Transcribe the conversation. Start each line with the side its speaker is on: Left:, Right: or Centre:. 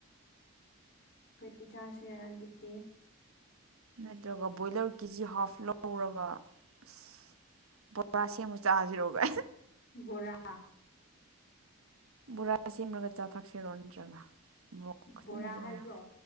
Left: ꯀꯔꯤ ꯆꯥꯁꯤꯔꯛ ꯗꯦ
Right: ꯅꯠꯇ꯭ꯔꯒ ꯕꯣꯏꯂꯔ ꯀꯦꯖꯤ ꯍꯥꯐ ꯂꯧꯔꯒ ꯑꯁ ꯕꯣꯔꯥ ꯁꯦꯝꯃꯨ ꯆꯖꯤꯔꯣꯒ
Left: ꯣꯔꯥ
Right: ꯕꯣꯔꯥ ꯁꯦꯝꯃꯒ ꯆꯥꯊꯛꯁꯤꯔꯣ ꯅꯠꯇ꯭ꯔꯒ ꯃꯣꯔꯣꯛ ꯈꯖꯅ
Left: ꯕꯣꯔꯥ
Right: ꯃꯦꯠꯂꯒ
Left: ꯍꯥꯏꯕ꯭ꯔꯣ